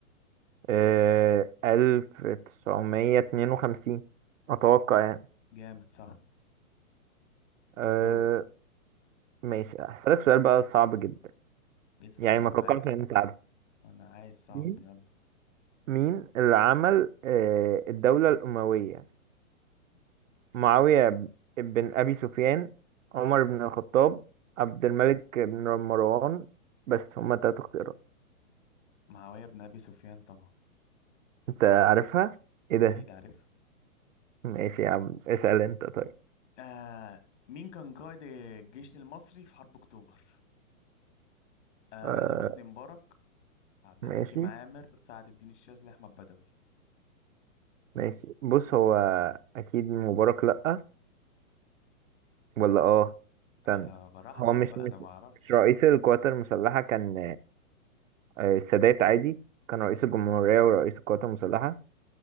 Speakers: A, on the right; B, on the left.
A: أه 1952 اتوقع يعني
B: جامد صح
A: آه،
B: دورك
A: ماشي هسألك سؤال بقى صعب جدا
B: اسأل
A: يعني
B: أنا
A: ما
B: معاك
A: توقعتش ان انت عارف
B: أنا عايز صعب
A: مين
B: يلا
A: مين اللي عمل آه، الدولة الأموية معاوية ب- بن أبي سفيان عمر بن الخطاب عبد الملك بن مروان بس هما تلات اختيارات
B: معاوية بن أبي سفيان طبعا
A: انت عارفها ايه
B: أكيد
A: ده
B: عارفها
A: ماشي يا عم اسأل انت طيب
B: آه مين كان قائد الجيش المصري في حرب أكتوبر؟ آه
A: آه
B: حسني مبارك عبد
A: ماشي
B: الحكيم عامر سعد الدين الشاذلي أحمد بدوي
A: ماشي بص هو اكيد مبارك لأ ولا اه استنى
B: آه براحتك
A: هو مش
B: بقى
A: مش
B: أنا ما أعرفش
A: مش رئيس القوات المسلحة كان آه، السادات عادي كان رئيس الجمهورية ورئيس القوات المسلحة